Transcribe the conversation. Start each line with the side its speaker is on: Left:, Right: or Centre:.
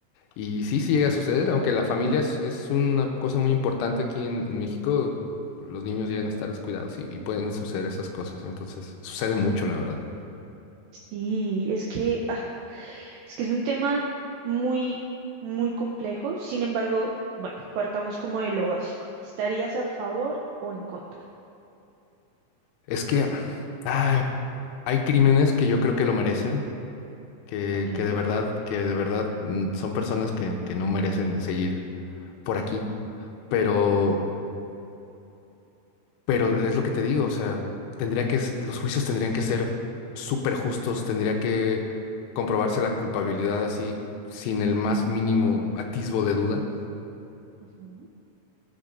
Left: Y sí, sí
Right: Mm.
Left: llega a suceder, aunque la familia es, es una cosa muy importante aquí en, en México, los niños llegan a estar descuidados y, y pueden suceder esas cosas, entonces sucede mucho, la verdad.
Right: Y es que, ah, es que es un tema muy, muy complejo. Sin embargo, bueno, partamos como de lo básico. ¿Estarías a favor o en contra?
Left: Es que ay, hay crímenes que yo creo que lo merecen, que,
Right: Ok.
Left: que de verdad, que de verdad mm, son personas que, que no merecen seguir por aquí, pero Pero es lo que te digo, o sea, tendría que, s- los juicios tendrían que ser súper justos, tendría que comprobarse la culpabilidad así sin el más mínimo atisbo de duda.
Right: ujú,